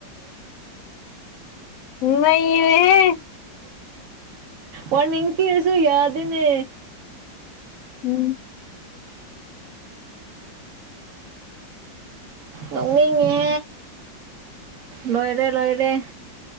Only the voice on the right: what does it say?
ꯋꯥꯔꯅꯤꯡ ꯊꯤꯔꯁꯨ ꯌꯥꯗꯦꯅꯦ
ꯅꯣꯛꯅꯤꯡꯉꯦ ꯂꯣꯏꯔꯦ ꯂꯣꯏꯔꯦ